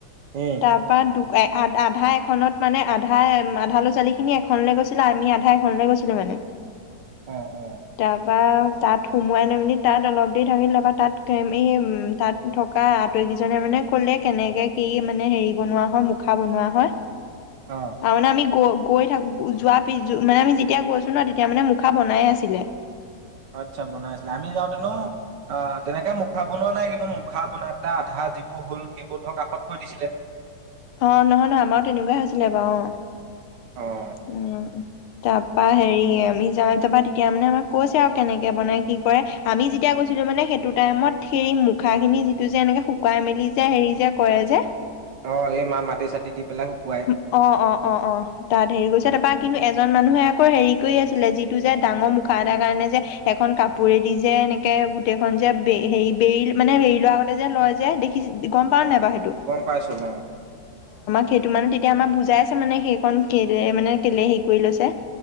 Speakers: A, on the right; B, on the left.
A: অ',
B: তাৰপা দুক-এ আ-আধা এখনত মানে আধা আধা ল'ৰা ছোৱালী খিনি এখনলে গৈছিল আমি আধাই <unintelligible> নে গৈছিলো মানে,
A: অ',
B: তাৰপা তাত সুমোৱাই লৈ মেলি তাত অলপ দেৰি থাকিলে বা তাত এই তাত থকা আতৰিকিজনে মানে কলে কেনেকে কি মানে হেৰি বনোৱা হয় মুখা বনোৱা হয়।
A: অ',
B: ত মানে আমি গ গৈ থাকো যোৱা পিছ মানে আমি যেতিয়া গৈছো ন তেতিয়া মানে মুখা বনাই আছিলে।
A: আচ্ছা বনাই আছিলে আমি যাওঁতেনো আহ তেনেকে মুখা বনোৱা নাই, কিন্তু মুখা বনাই পেলাই আধা যিবোৰ হল সেইবোৰ ধৰক কাষত থৈ দিছিলে।
B: অ' নহয়, নহয় আমাৰো তেনেকুৱাই হৈছিলে বাৰু অ'।
A: অ',
B: উম তাৰপা হেৰি আমি যাওঁ, তাপা তেতিয়া মানে আমাক কৈছে আৰু কেনেকে বনাই কি কৰে? আমি যেতিয়া গৈছিলো মানে সেইটো টাইমত সেই মুখাখিনি যিটো যে এনেকে শুকাই মেলি যে হেৰি যে কৰে যে!
A: অ', এই মা মাটি চাটি দি পেলাই শুকুৱাই
B: অ', অ', অ', অ' তাত গৈছে
A: অ',
B: তাৰপা কিন্তু এজন এজন মানুহে আকৌ হেৰি কৰি আছিলে যিটো যে ডাঙৰ মুখা এটা কাৰণে যে এখন কাপোৰেদি যে এনেকে গোটেইখনযে হে বেৰি মানে বেৰি লোৱাৰ আগতে যে লয় যে গম পাও
A: অ'।
B: নাই বা সেইতো
A: গম পাইছো অ',
B: সেইটো মানে তেতিয়া আমাক বুজাই আছে মানে সেইকণ কেলে মানে কেলে হে কৰি লৈছে?